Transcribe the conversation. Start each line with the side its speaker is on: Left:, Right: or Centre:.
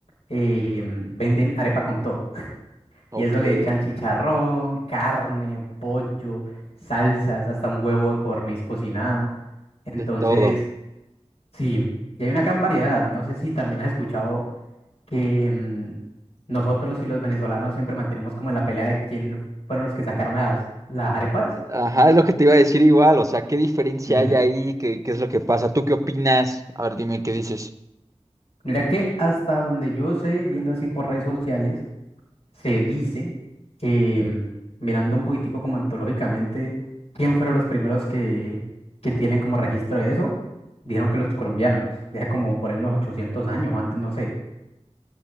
Left: eh, mm, venden arepa con todo. <laughs>
Right: Ok,
Left: Y eso le
Right: de
Left: echan chicharrón, carne, pollo, salsas, hasta un huevo de codorniz cocinado. Entonces,
Right: todo.
Left: sí, y hay una gran variedad. No sé si también has escuchado que mm, nosotros y los venezolanos siempre mantenemos como en la pelea de quién fueron los que sacaron las, las arepas.
Right: Ajá, es lo que te iba a decir igual, o sea, ¿qué diferencia
Left: Ujú.
Right: hay ahí? ¿Qué, qué es lo que pasa? ¿Tú qué opinas? A ver, dime, ¿qué dices?
Left: Mira que hasta donde yo sé, viendo así por redes sociales, se dice que mm, mirando un poquitico como antológicamente, quién fueron los primeros que, que tienen como registro de eso, dijeron que los colombianos, ya como por ahí unos 800 años o antes, no sé.